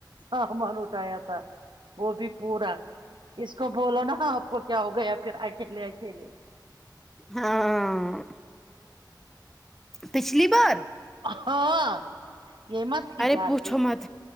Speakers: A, on the right; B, in the centre.
A: سامان اٹھایا تھا وہ بھی پورا اس کو بولو نا آپ کو کیا ہو گیا پھر اکیلے اکیلے
B: ہاں پچھلی بار
A: ہاں یہ مت تھی
B: ارے
A: گھر
B: پوچھو
A: پہ
B: مت